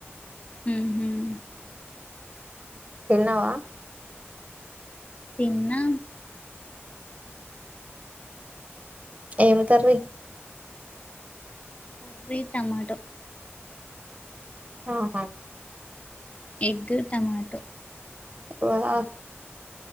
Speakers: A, on the left (about 30°); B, on the right (about 35°).
A: హ్ మ్
B: తిన్నావా
A: తిన్న
B: ఏం కర్రీ
A: కర్రీ టమాటో
B: ఆహా
A: ఎగ్, టమాటో
B: వా